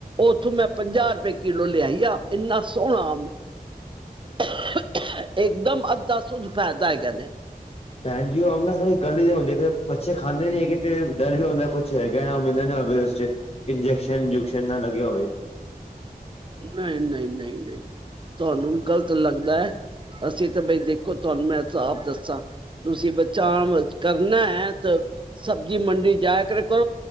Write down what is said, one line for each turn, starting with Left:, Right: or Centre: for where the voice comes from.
Right: ਉੱਥੋਂ ਮੈਂ ਪੰਜਾਹ ਰੁਪਏ ਕਿੱਲੋ ਲਿਆਈਆਂ ਇੰਹਨਾਂ ਸੋਹਣਾ। <unintelligible> ਇੱਕ ਦਮ ਅੱਧਾ <unintelligible> ਫਾਇਦਾ ਹੈਗਾ ਨੇ।
Left: ਭੈਣ ਜੀ ਉਹ ਆਮ ਨਾ ਸਾਲੀ ਗਲੀ ਹੂਈ ਹੁੰਦੀ ਹੈ ਕਈ ਵਾਰ ਬੱਚੇ ਖਾਂਦੇ ਨੀ ਹੈਗੇ। ਤੇ ਇਕ ਡਰ ਵੀ ਹੁੰਦਾ ਹੈ ਕੁਛ ਹੈਗੇ ਨੇ ਅੰਬ ਮਿਲਦੇ ਨੇਂ <unintelligible> ਇੰਜੈਕਸ਼ਨ ਉਂਜੁ ਸ਼ਨ ਨਾ ਲਗਿਆ ਹੋਵੇ
Right: ਨਹੀਂ-ਨਹੀਂ-ਨਹੀਂ-ਨਹੀਂ ਤੁਹਾਨੂੰ ਵੀ ਗ਼ਲਤ ਲੱਗ ਦ ਦਾ ਐ ਅੱਸੀ ਤੇ ਬਈ ਦੇਖੋ ਤੁਹਾਨੂੰ ਮੈਂ ਸਾਫ ਦੱਸ ਸਾਂ ਤੁਸੀ ਬੱਚਾ ਕਰਨਾ ਹੈ ਤੇ ਸਬਜੀ ਮੰਡੀ ਜਾ ਕੇ ਵੇਖੋ।